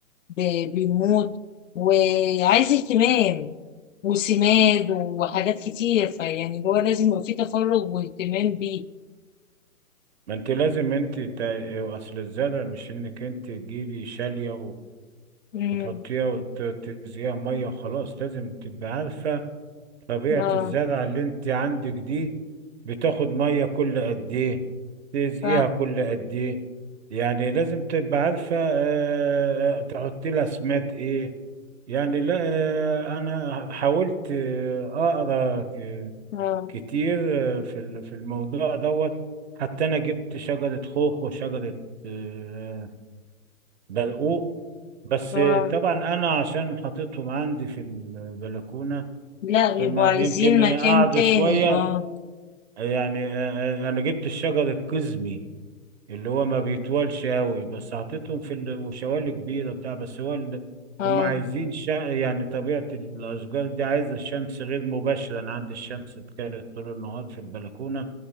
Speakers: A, on the left (about 60°); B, on the right (about 50°).
A: ب- بيموت وعايز اهتمام وسماد وحاجات كتير فيعني اللي هو لازم يبقى فيه تفرغ واهتمام بيه
B: ما انت لازم انت تا- اصل الزرع مش انك انت تجيبي شالية
A: امم
B: وتحطيها وتسقيها ميه وخلاص لازم تبقى عارفه طبيعه
A: اه
B: الزرعه اللي انت عندك دي بتاخد ميه كل قد ايه تسقيها
A: صح
B: كل قد ايه يعني لازم تبقى عارفه آه، آه، آه، تحطي لها سماد ايه يعني لا آه، انا حاولت آه، اقرا ك-
A: اه
B: كتير آه، في ال- في الموضوع دوت حتى انا جبت شجره خوخ وشجره آه، برقوق بس
A: اه
B: طبعا انا عشان حطيتهم عندي في البلكونه
A: لا
B: فما
A: بيبقوا عايزين
B: يمكن
A: مكان
B: قعدوا
A: تاني
B: شويه
A: اه
B: يعني آه، آه، انا جبت الشجر القزمي اللي هو ما بيطولش قوي بس حطيتهم في ال- وشوالي كبيره بتاع بس هو ال...
A: اه
B: هم عايزين ش... يعني طبيعه الاشجار دي عايزه الشمس غير مباشره انا عندي الشمس كانت طول النهار في البلكونه